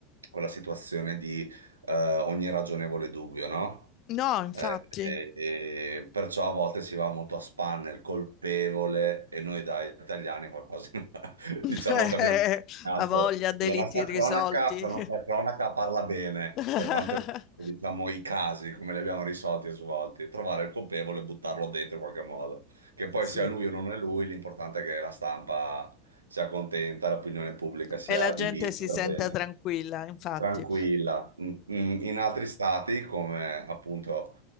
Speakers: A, on the right (about 85°); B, on the left (about 45°).
A: quella situazione di eh, ogni ragionevole dubbio, no?
B: No, infatti.
A: Eh, e- e perciò a volte si va molto a spanne, il colpevole, e noi da italiani qualcosa <laughs>
B: <laughs>
A: diciamo che abbiamo insegnato.
B: Ha voglia, deliti
A: La nostra
B: risolti.
A: cronaca, la nostra cronaca parla bene
B: <laughs>
A: per quanto riguarda, diciamo, i casi, come li abbiamo risolti e svolti, trovare il colpevole e buttarlo dentro in qualche modo. Che poi
B: Sì.
A: sia lui o non è lui, l'importante è che la stampa sia contenta, l'opinione pubblica sia
B: E la gente
A: divisa
B: si
A: per
B: sente
A: bene.
B: tranquilla, infatti.
A: Tranquilla. Mm, mm, In altri stati, come appunto